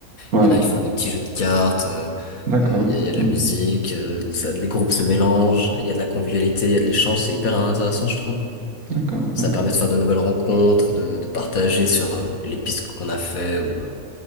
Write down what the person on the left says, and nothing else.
Il y en a, ils font des petits jeux de cartes, euh,
euh, il y a, il y a de
la musique, euh, ça- les groupes se mélangent, il y a de la convivialité, il y a de l'échange, c'est hyper intéressant, je trouve.
Ça
permet de faire de nouvelles rencontres, de, de partager sur euh, les pistes qu'on a fait ou, euh,